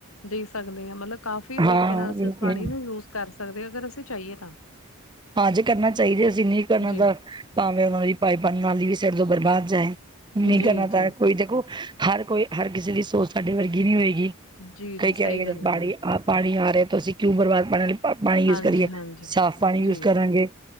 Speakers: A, on the left; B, on the right.
A: ਦੇ ਸਕਦੇ ਆ ਮਤਲਬ ਕਾਫ਼ੀ ਤਰੀਕੇ
B: ਹਾਂ
A: ਨਾਲ ਅਸੀਂ
B: ਇਹ
A: ਉਸ ਪਾਣੀ
B: ਤੇ ਹੈ।
A: ਨੂੰ ਯੂਜ, ਕਰ ਸਕਦੇ ਅਗਰ ਅਸੀਂ ਚਾਹੀਏ ਤਾਂ।
B: ਹਾਂ ਜੇ ਕਰਨਾ ਚਾਹੀਦਾ ਅਸੀਂ ਨਹੀਂ ਕਰਨਾ
A: ਜੀ
B: ਤਾਂ ਭਾਵੇਂ ਉਹਨਾਂ ਦੀ ਭਾਈਪਾਨ <unintelligible> ਵੀ ਸਿਰ ਤੋਂ ਬਰਬਾਦ ਜਾਏ। ਨਹੀਂ
A: ਜੀ
B: ਕਰਨਾ
A: ਜੀ
B: ਤਾਂ ਕੋਈ ਦੇਖੋ ਹਰ ਕੋਈ ਹਰ ਕਿਸੇ ਦੀ ਸੋਚ ਸਾਡੇ ਵਰਗੀ ਨੀ ਹੋਏਗੀ।
A: ਜੀ ਜੀ
B: ਕਈ
A: ਸਹੀ
B: ਕ ਆਏਗਾ
A: ਗੱਲ ਹੈ
B: ਪਾ
A: ਮੈਡਮ
B: ਪਾਣੀ ਆ ਰਿਹਾ ਤਾਂ ਅਸੀਂ ਕਿਉਂ ਬਰਬਾਦ ਪਾਣੀ। ਪਾਣੀ ਯੂਜ
A: ਹਾਂਜੀ
B: ਕਰੀਏ
A: ਹਾਂਜੀ
B: ਸਾਫ਼ ਪਾਣੀ
A: ਜੀ
B: ਯੂਜ ਕਰਾਂਗੇ